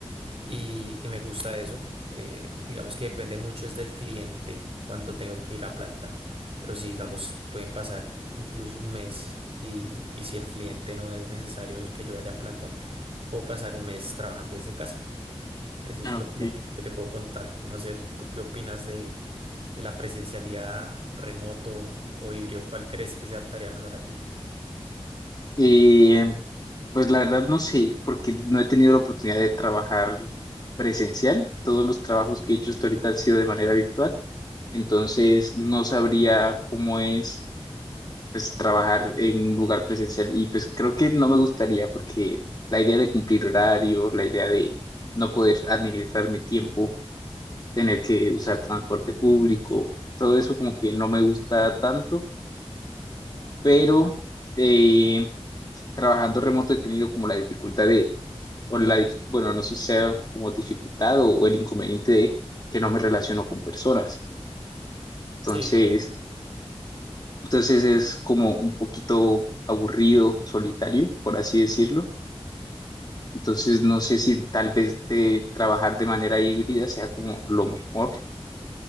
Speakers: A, on the right (about 60°); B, on the left (about 40°).
A: y, y me gusta eso. Eh, digamos que depende mucho es del cliente cuando tengo que ir a planta, pero si digamos pueden pasar incluso un mes y, y si el cliente no es necesario que yo vaya a planta, puedo pasar un mes trabajando desde casa. Eso es
B: Ah,
A: lo
B: ok.
A: como que, que te puedo contar. No sé, ¿tú qué opinas de, de la presencialidad remoto o híbrido? ¿Cuál crees que se adaptaría mejor a ti?
B: Eh, pues la verdad no sé, porque no he tenido la oportunidad de trabajar presencial. Todos los trabajos que he hecho hasta ahorita han sido de manera virtual. Entonces no sabría cómo es. pues trabajar en un lugar presencial y pues creo que no me gustaría porque la idea de cumplir horario, la idea de no poder administrar mi tiempo, tener que usar transporte público, todo eso como que no me gusta tanto, pero eh, trabajando remoto he tenido como la dificultad de, o la, dif- bueno, no sé si sea como dificultad o, o el inconveniente de que no me relaciono con personas. Entonces,
A: Sí,
B: entonces es como un poquito aburrido, solitario, por así decirlo Entonces, no sé si tal vez de trabajar de manera híbrida sea como lo mejor.